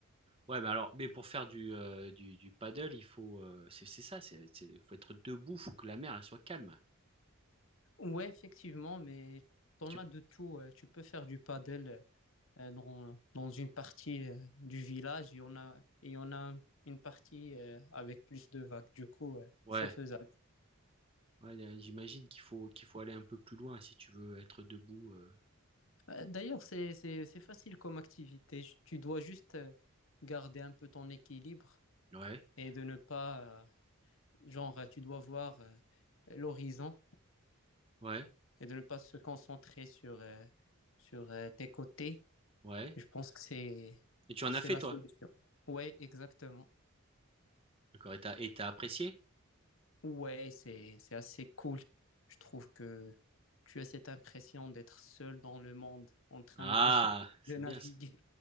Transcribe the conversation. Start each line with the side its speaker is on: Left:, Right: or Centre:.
Right: Ouais, mais alors, mais pour faire du, euh, du, du paddle, il faut. euh, c'est c'est ça, c'est, c'est- faut être debout, faut que la mer elle soit calme.
Left: Ouais, effectivement, mais t'en
Right: Tu...
Left: as de tout. euh, Tu peux faire du paddle euh, dans, dans une partie euh, du village et on a, et on a une partie euh, avec plus de vagues. Du coup, euh,
Right: Ouais.
Left: c'est faisable.
Right: Ouais, y a j'imagine qu'il faut qu'il faut aller un peu plus loin si tu veux être debout, heu,
Left: Euh, D'ailleurs, c'est, c'est, c'est facile comme activité. Tu dois juste euh, garder un peu ton équilibre
Right: ouais,
Left: et de ne pas, euh, genre, tu dois voir euh, l'horizon
Right: ouais,
Left: et de ne pas se concentrer sur, euh, sur euh, tes côtés.
Right: ouais
Left: Je pense que c'est
Right: et tu en
Left: que
Right: as
Left: c'est
Right: fait
Left: la
Right: toi?
Left: solution. Ouais, exactement.
Right: D'accord et t'as et t'as apprécié?
Left: Ouais, c'est c'est assez cool. Je trouve que tu as cette impression d'être seul dans le monde en train
Right: Ah!
Left: de, <laughs>
Right: C'est
Left: de naviguer.
Right: bien ça.